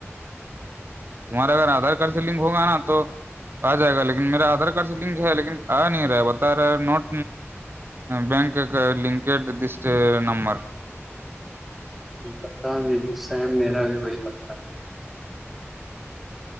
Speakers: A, on the right; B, in the centre.
A: تمہارا اگر آدارڈ سے لنک ہوگا نا تو آ جائے گا لیکن میرا آدھار کارڈ سے لنک ہے لیکن آ نہیں رہا بتا رہے نوٹ بینک کا لنکڈس نمبر
B: پتا نہیں سیم میرا بھی وہی پتا <inaudible>